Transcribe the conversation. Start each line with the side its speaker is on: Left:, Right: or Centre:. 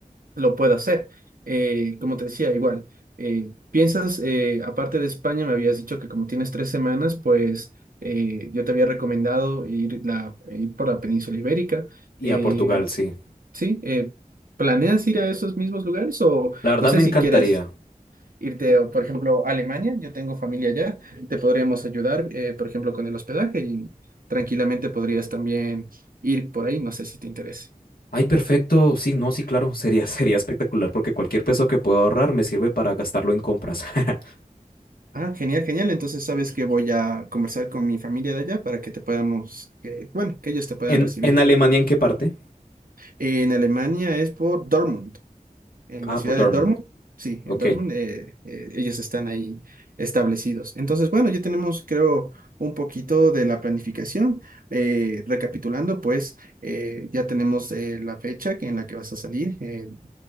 Right: lo puedo hacer. Eh, como te decía, igual, eh, piensas, eh, aparte de España, me habías dicho que como tienes tres semanas, pues eh, yo te había recomendado ir, la, ir por la península ibérica.
Left: Y
Right: Eh,
Left: a Portugal, sí.
Right: sí, eh, ¿planeas ir a esos mismos lugares o
Left: La verdad
Right: no sé
Left: me encantaría.
Right: si quieres irte, o, por ejemplo, a Alemania, yo tengo familia allá, te podríamos ayudar, eh, por ejemplo, con el hospedaje y tranquilamente podrías también ir por ahí, no sé si te interesa
Left: Ay, perfecto. Sí, no, sí, claro. Sería, <laughs> sería espectacular porque cualquier peso que pueda ahorrar me sirve para gastarlo en compras. <laughs>
Right: Ah, genial, genial. Entonces sabes que voy a conversar con mi familia de allá para que te podamos, eh, bueno, que ellos te puedan
Left: ¿En,
Right: recibir.
Left: en Alemania en qué parte?
Right: En Alemania es por Dortmund. en
Left: Ah,
Right: la ciudad
Left: por Dortmund.
Right: de Dortmund. Sí,
Left: Ok.
Right: en Dortmund eh, eh, ellos están ahí establecidos. Entonces, bueno, ya tenemos, creo, un poquito de la planificación. Eh, recapitulando, pues eh, ya tenemos eh, la fecha que- en la que vas a salir, eh,